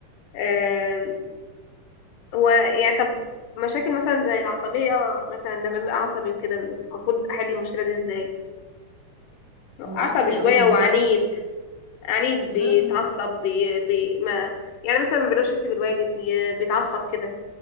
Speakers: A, on the left; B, on the right.
A: أم، هو يعني طب مشاكل مثلا زي العصبيه مثلا لما بيبقى عصبي وكده المفروض احل المشكله دي ازاي عصبي
B: هو عصبي
A: شويه
B: أوي يعني
A: وعنيد
B: هو
A: عنيد
B: لدرجة
A: بيتعصب
B: إيه مثلا
A: بي بي ما يعني مثلا ما بيقدرش يكتب الواجب بي- بيتعصب كده